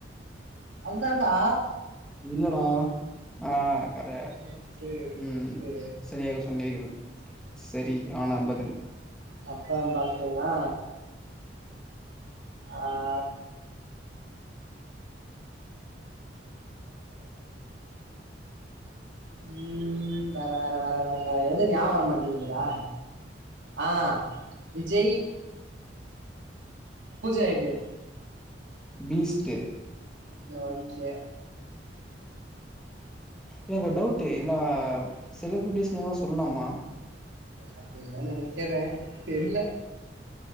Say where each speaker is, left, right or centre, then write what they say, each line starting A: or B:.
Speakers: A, on the right; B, in the centre.
A: அதுதாண்டா
B: இல்லடா அ கர
A: முத்து முத்து
B: ம் செரியாக சொன்னீகள் சரி யானா பதில்
A: அப்பற பாத்தீங்னா ஆ <unintelligible> ம் வர வர வர வர வர எது ஞா வரமாட்டிங்கிது டா ஆ விஜய் பூஜா எட்டு
B: பீஸ்ட்
A: யோகே
B: என்கொரு டவ்ட்டு இத்லா செலப்ரிட்டிஸ் நேம் லா சொல்லாமா
A: அப்டின்தா நெனக்கறே தெரில